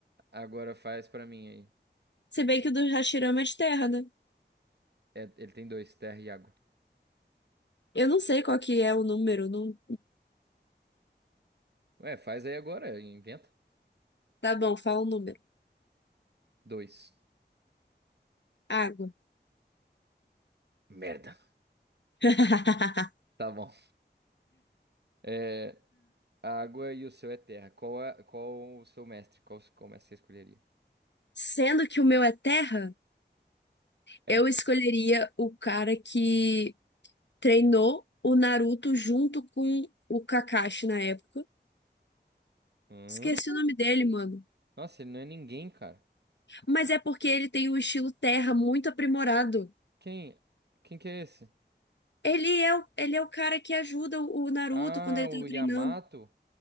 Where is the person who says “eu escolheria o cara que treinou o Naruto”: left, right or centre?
Left